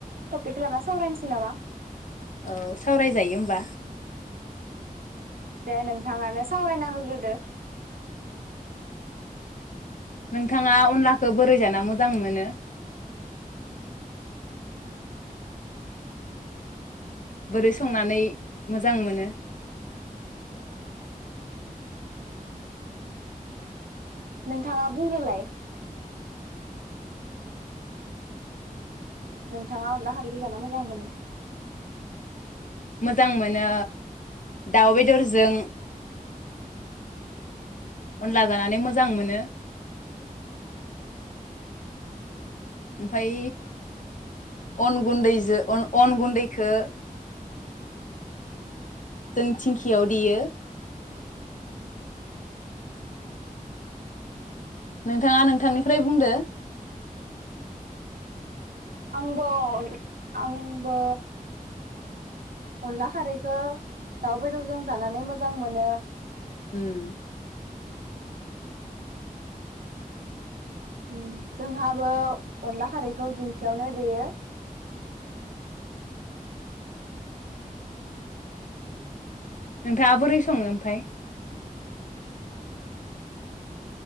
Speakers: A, on the right; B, on the left.
A: टपिक लाना सावरायनोसै नामा
B: औ सावराय जायो होमबा
A: दे नोंथाङानो सावरायना होग्रोदो
B: नोंथाङा अनलाखौ बोरै जाना मोजां मोनो? बोरै संनानै मोजां मोनो?
A: नोंथाङा बुंग्रोलाय नोंथाङा अनला खारैखो जाना मोजां मोनो
B: मोजां मोनो दाउ बेदरजों अनला जानानै मोजां मोनो ओमफाय अन गुन्दैजों अन-अन गुन्दैखो जों धिंखियाव देयो नोंथाङा नोंथांनिफ्राय बुंदो
A: आंबो आंबो अनला खारैखो दाउ बेदरजों जानानै मोजां मोनो
B: ओम
A: ओम जोंहाबो अनला खारैखौ दिंखियावनो देयो
B: नोंथाङा बोरै सङो ओमफाय